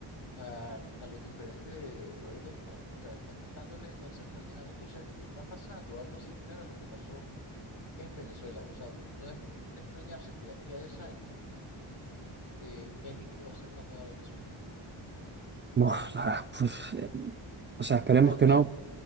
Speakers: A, on the left (about 75°); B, on the right (about 25°).
A: al- a, los diferentes poderes del Estado. O sea, están quitándole, están centralizando. Entonces, está pasando algo similar a lo que pasó en Venezuela. O sea, no es de extrañarse que de aquí a diez años eh, México va a ser la nueva Venezuela.
B: buah, la pues, eh, o sea, esperemos
A: O al,
B: que
A: men-
B: no.